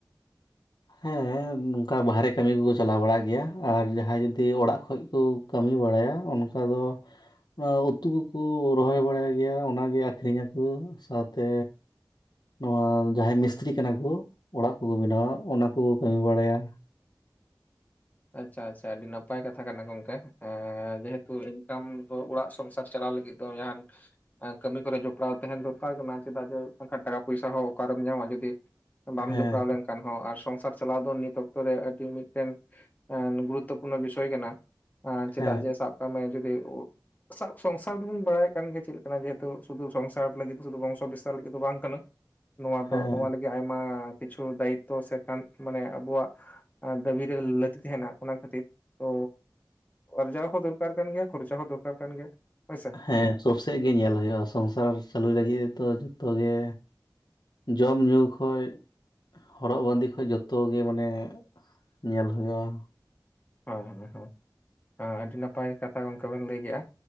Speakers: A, on the left (about 20°); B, on the left (about 70°).
A: <inaudible>
B: ᱦᱮᱸ ᱱᱚᱝᱠᱟ ᱵᱟᱦᱨᱮ ᱠᱟᱹᱢᱤ ᱠᱚᱠᱚ ᱪᱟᱞᱟᱣ ᱵᱟᱲᱟᱜ ᱜᱮᱭᱟ ᱟᱨ ᱡᱟᱦᱟᱸᱭ ᱡᱩᱫᱤ ᱚᱲᱟᱜ ᱠᱷᱚᱡ ᱠᱩ ᱠᱟᱹᱢᱤ ᱵᱟᱲᱟᱭᱟ ᱚᱱᱠᱟ ᱫᱚ ᱚᱱᱟ ᱩᱛᱩ ᱠᱩᱠᱩ ᱨᱚᱦᱚᱭ ᱵᱟᱲᱟᱭ ᱜᱮᱭᱟ ᱚᱱᱟᱜᱮ ᱟᱠᱷᱨᱤᱧ ᱟᱠᱚ ᱥᱟᱶᱛᱮ ᱱᱚᱣᱟ ᱡᱟᱦᱟᱸᱭ ᱢᱤᱥᱛᱨᱤ ᱠᱟᱱᱟ ᱠᱩ ᱚᱲᱟᱜ ᱠᱩᱠᱩ ᱵᱮᱱᱟᱣ ᱚᱱᱟ ᱠᱩᱠᱩ ᱠᱟᱹᱢᱤ ᱵᱟᱲᱟᱭᱟ᱾
A: ᱟᱪᱷᱟ ᱟᱪᱷᱟ ᱟᱹᱰᱤ ᱱᱟᱯᱟᱭ ᱠᱟᱛᱷᱟ ᱠᱟᱱᱟ ᱜᱚᱝᱠᱮ ᱡᱮᱦᱮᱛᱩ ᱤᱱ- ᱠᱟᱢ ᱠᱚ ᱚᱲᱟᱜ ᱥᱚᱝᱥᱟᱨ ᱪᱟᱞᱟᱣ ᱞᱟᱹᱜᱤᱫ ᱫᱚ ᱡᱟᱦᱟᱱ ᱠᱟᱹᱢᱤ ᱠᱚᱨᱮ ᱡᱚᱯᱚᱲᱟᱣ ᱛᱟᱦᱮᱱ ᱫᱚᱨᱠᱟᱨ ᱠᱟᱱᱟ᱾ ᱪᱮᱫᱟᱜ ᱡᱮ ᱵᱟᱝᱠᱷᱟᱱ ᱴᱟᱠᱟ ᱯᱚᱭᱥᱟ ᱦᱚᱸ ᱚᱠᱟᱨᱮᱢ ᱧᱟᱢᱟ ᱡᱩᱚᱫᱤ ᱵᱟᱢ
B: ᱦᱮᱸ
A: ᱡᱚᱯᱲᱟᱣ ᱞᱮᱱᱠᱷᱟᱱ ᱦᱚᱸ, ᱟᱨ ᱥᱚᱝᱥᱟᱨ ᱪᱟᱞᱟᱣ ᱫᱚ ᱱᱤᱛ ᱚᱠᱛᱚ ᱨᱮ ᱟᱹᱰᱤ ᱢᱤᱫᱴᱮᱱ ᱜᱩᱨᱩ ᱛᱚᱯᱩᱨᱱᱚ ᱵᱤᱥᱚᱭ ᱠᱟᱱᱟ, ᱪᱮᱫᱟᱜ
B: ᱦᱮᱸ
A: ᱡᱮ ᱥᱟᱵ ᱠᱟᱜ ᱢᱮ ᱡᱩᱫᱤ ᱥᱟᱵ ᱥᱚᱝᱥᱟᱨ ᱫᱚᱵᱚᱱ ᱵᱟᱲᱟᱭᱮᱫ ᱠᱟᱱ ᱜᱮᱭᱟ, ᱪᱮᱫ ᱞᱮᱠᱟᱱᱟ ᱡᱮᱦᱮᱛᱩ ᱥᱩᱫᱩ ᱥᱚᱝᱥᱟᱨ ᱞᱟᱹᱜᱤᱫ ᱫᱚ ᱥᱩᱫᱩ ᱵᱚᱝᱥᱚ ᱵᱤᱥᱛᱟᱨ ᱞᱟᱹᱜᱤᱫ ᱫᱚ ᱵᱟᱝ ᱠᱟᱱᱟ᱾ ᱱᱚᱣᱟ
B: ᱦᱮᱸ
A: ᱫᱚ ᱱᱚᱣᱟ ᱞᱟᱹᱜᱤᱫ ᱟᱭ ᱠᱤᱪᱷᱩ ᱫᱟᱭᱤᱛᱚ ᱥᱮ ᱠᱟᱱ ᱢᱟᱱᱮ ᱟᱵᱚᱣᱟᱜ ᱫᱟᱹᱵᱤ ᱨᱮ ᱞᱟᱹ ᱛᱟᱦᱮᱱᱟ ᱚᱱᱟ ᱠᱷᱟᱹᱛᱤᱨ ᱛᱚ ᱚᱨᱡᱟᱣ ᱦᱚᱸ ᱫᱚᱨᱠᱟᱨ ᱠᱟᱱ ᱜᱮᱭᱟ ᱠᱷᱚᱨᱪᱟ ᱦᱚᱸ ᱫᱚᱨᱠᱟᱨ ᱠᱟᱱ ᱜᱮᱭᱟ ᱦᱳᱭᱥᱮ
B: ᱦᱮᱸ ᱥᱳᱵ ᱥᱮᱡ ᱜᱮ ᱧᱮᱞ ᱦᱩᱭᱩᱜ-ᱟ᱾ ᱥᱚᱝᱥᱟᱨ ᱪᱟᱹᱞᱩᱭ ᱞᱟᱹᱜᱤᱫ ᱛᱚ ᱡᱚᱛᱚ ᱜᱮ ᱡᱚᱢ ᱧᱩ ᱠᱷᱚᱡ ᱦᱚᱨᱚᱜ ᱵᱟᱸᱫᱮ ᱠᱷᱚᱡ ᱡᱚᱛᱚ ᱜᱮ ᱢᱟᱱᱮ ᱧᱮᱞ ᱦᱳᱭᱳᱜ-ᱟ᱾
A: ᱦᱮᱸ ᱦᱮᱸ ᱦᱳᱭ ᱟᱹᱰᱤ ᱱᱟᱯᱟᱭ ᱠᱟᱛᱷᱟ ᱜᱚᱢᱠᱮ ᱵᱤᱱ ᱞᱟᱹᱭ ᱠᱮᱫ-ᱟ᱾